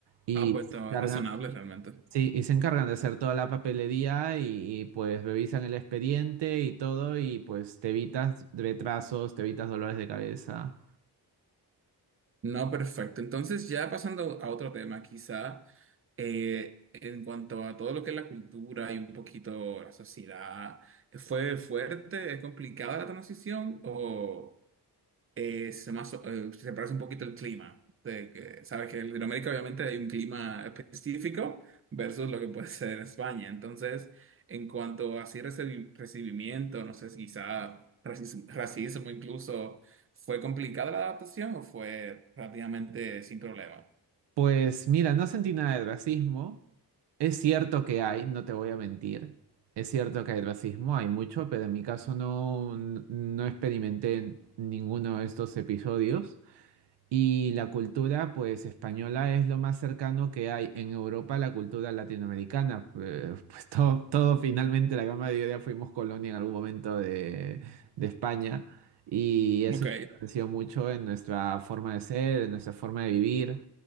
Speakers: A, on the right; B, on the right.
A: Y
B: Ah, pues
A: se
B: está
A: encargan,
B: razonable realmente.
A: Sí, y se encargan de hacer toda la papelería y, y, pues revisan el expediente y todo y pues te evitas retrasos, te evitas dolores de cabeza.
B: No, perfecto. Entonces, ya pasando a otro tema, quizá eh, en cuanto a todo lo que es la cultura y un poquito la sociedad, ¿fue fuerte, es complicada la transición o...? es más, eh, se parece un poquito el clima. De que, sabes que en Latinoamérica obviamente hay un clima específico versus lo que puede ser España. Entonces, en cuanto a así recibi- recibimiento, no sé si quizá racismo, racismo incluso, ¿fue complicada la adaptación o fue relativamente sin problema?
A: Pues mira, no sentí nada de racismo. Es cierto que hay, no te voy a mentir. Es cierto que hay racismo, hay mucho, pero en mi caso no, no experimenté ninguno de estos episodios. Y la cultura, pues, española es lo más cercano que hay en Europa a la cultura latinoamericana. Pues, <laughs> pues, todo, todo finalmente, la gran mayoría fuimos colonia en algún momento de, de España. Y eso
B: Ok,
A: influenció mucho en nuestra forma de ser, en nuestra forma de vivir.